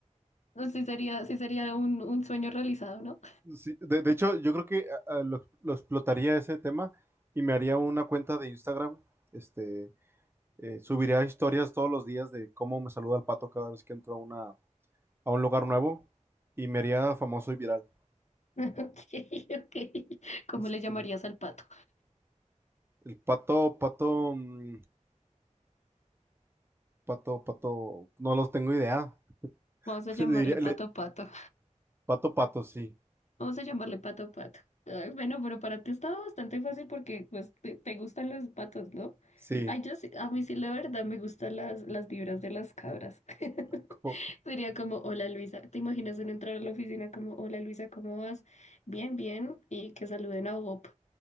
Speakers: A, on the left (about 65°); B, on the right (about 20°).
A: Sí sería, sí sería un, un sueño realizado, ¿no?
B: Sí, de, de hecho, yo creo que ah, ah, lo, lo explotaría ese tema y me haría una cuenta de Instagram. Este, eh, subiría historias todos los días de cómo me saluda el pato cada vez que entro a una, a un lugar nuevo y me haría famoso y viral.
A: <laughs> Ok, ok. ¿Cómo
B: Ese
A: le llamarías
B: sí.
A: al pato?
B: El pato, pato, mm, pato, pato, no los tengo idea.
A: Vamos a
B: <laughs>
A: llamarle
B: Le diría,
A: pato
B: le-
A: pato.
B: pato, pato, sí,
A: Vamos a llamarle pato pato. Ay, bueno, pero para ti estaba bastante fácil porque pues te, te gustan los patos, ¿no?
B: sí.
A: Ay, yo sí, a mí sí la verdad me gustan las, las vibras de las cabras. <laughs>
B: Co-
A: Sería como, hola Luisa, ¿te imaginas uno entrar a la oficina como, hola Luisa, ¿cómo vas? Bien, bien, y que saluden a Bob